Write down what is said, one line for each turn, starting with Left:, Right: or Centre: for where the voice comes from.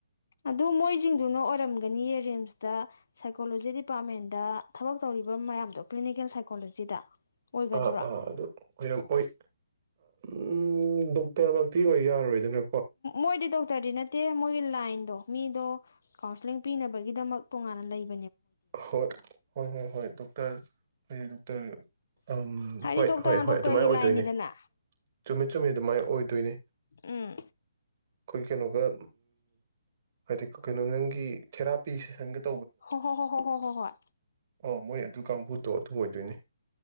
Left: ꯑꯗꯨ ꯃꯣꯏꯁꯤꯡꯗꯨꯅ ꯑꯣꯏꯔꯝꯒꯅꯤꯌꯦ ꯔꯤꯝꯁꯇ ꯁꯥꯏꯀꯣꯂꯣꯖꯤ ꯗꯤꯄꯥꯔꯠꯃꯦꯟꯗ ꯊꯕꯛ ꯇꯧꯔꯤꯕ ꯃꯌꯥꯝꯗꯣ ꯀ꯭ꯂꯤꯅꯤꯀꯦꯜ ꯁꯥꯏꯀꯣꯂꯣꯖꯤꯗ ꯑꯣꯏꯒꯗ꯭ꯔꯣ
Right: ꯑꯥ ꯑꯥ ꯑꯗꯨ ꯑꯣꯏꯔꯝꯑꯣ ꯑꯣꯏ ꯎꯝ ꯗꯣꯛꯇꯔꯃꯛꯇꯤ ꯑꯣꯏ ꯌꯥꯔꯔꯣꯏꯗꯅꯦ
Left: ꯃꯣꯏꯗꯤꯗ ꯗꯥꯛꯇꯔꯗꯤ ꯅꯠꯇꯦ ꯃꯣꯏꯒꯤ ꯂꯥꯏꯟꯗꯣ ꯃꯤꯗꯣ ꯀꯥꯎꯟꯁꯂꯤꯡ ꯄꯤꯅꯕꯒꯤꯗꯃꯛ ꯇꯣꯉꯥꯟꯅ ꯂꯩꯕ
Right: ꯍꯣꯏ ꯍꯣꯏ ꯍꯣꯏ ꯍꯣꯏ ꯗꯣꯛꯇꯔ ꯍꯇ ꯎꯝ
Left: ꯍꯥꯏꯗꯤ
Right: ꯍꯣꯏ
Left: ꯗꯣꯛꯇꯔꯅ
Right: ꯍꯣꯏ ꯍꯣꯏ
Left: ꯗꯣꯛꯇꯔꯒꯤ
Right: ꯑꯗꯨꯃꯥꯏꯅ ꯑꯣꯏꯗꯣꯏꯅꯦꯃꯤꯠ
Left: ꯂꯥꯏꯟꯅꯤꯗꯅ
Right: ꯆꯗꯨ ꯃꯥ ꯑꯣꯏꯗꯣꯏꯅꯦ
Left: ꯎꯝ
Right: ꯑꯩꯈꯣꯏ ꯀꯩꯅꯣꯒ ꯍꯥꯏꯗꯤ ꯀꯩꯅꯣ ꯅꯪꯒꯤ ꯊꯦꯔꯥ ꯄꯤꯁ ꯁꯁꯤꯡꯒꯠ
Left: ꯍ ꯍꯣ ꯍ ꯍꯣ ꯍꯏ ꯍꯣꯏ ꯍꯣꯏ
Right: ꯑ ꯃꯣꯏ ꯑꯗꯨ ꯀꯥꯡꯕꯨꯗꯣ ꯑꯗꯨ ꯑꯣꯏꯗꯣꯏꯅꯦ